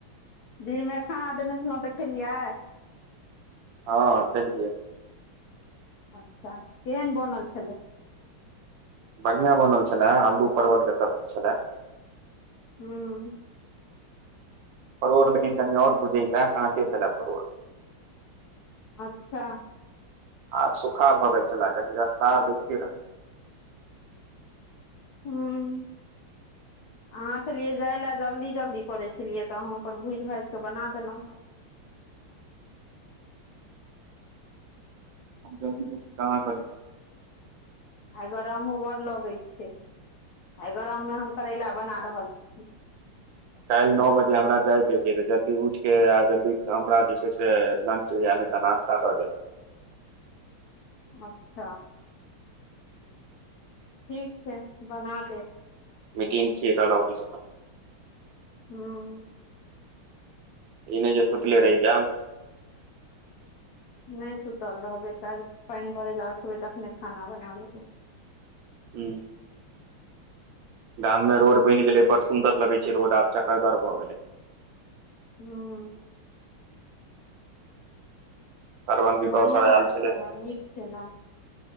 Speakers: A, on the left; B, on the right.
A: दिनमे खाना देने छलहुँ देखेलियै
B: हँ खेलियै
A: अच्छा केहन बनल छलै
B: बढ़िया बनल छले आलू परवल के सब्जी छले
A: हुँ
B: परोड़ लेकिन कनि आओर बुझैके काँचे छलए परोड़
A: अच्छा
B: आ सुखार भऽ छल कनि रफतार देखियै ने <unintelligible>
A: हूंम्म अहाँ छलियै जाय लए जल्दी जल्दी करै छलियै तऽ हम अपन भूजि भाजि कऽ बना देलहुँ
B: हम जल्दी जल्दी कहाँ करै छी
A: आ गरमो बड़ लगे छै आ गरम मे हम करैला बना रहल छी ह <inaudible>
B: काल्हि नओ बजे हमरा जायके छै तऽ जल्दी उठके आ जल्दी हमरा जे छै से लंच या या नास्ता दऽ देब
A: अच्छा ठीक छै बना देब
B: मिटिंग छियै काल्हि ऑफीस मे
A: हूंम्म
B: इ नहि जे सुतले रही जेब
A: नहि सुतल रहबै काल्हि पानि भरै लबै तखने खाना बना लेबै
B: हूँ गाम मे रोड बनि गेलै बड़ सुंन्दर लगे छै रोड आब चकरगर भऽ गेले
A: हूंम्म
B: श्रवण विकास
A: बढ़िआँ
B: सब
A: बात
B: आयल छलै
A: छै ने नीक छै ने